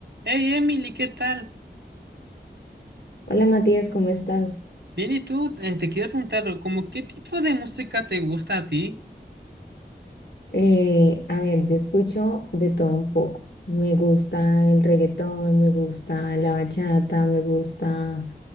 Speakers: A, on the right (about 70°); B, on the left (about 75°).
A: Hey Emily, ¿qué tal?
B: Hola Matías, ¿cómo estás?
A: Bien, y tú, Eh, te quiero preguntar, como qué tipo de música te gusta a ti?
B: Eh, a ver, yo escucho de todo un poco. Me gusta el reggaetón, me gusta la bachata, me gusta